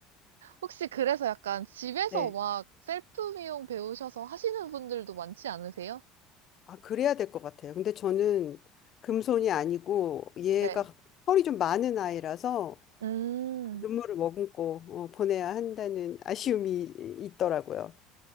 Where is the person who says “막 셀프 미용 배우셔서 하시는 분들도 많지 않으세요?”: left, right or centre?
Right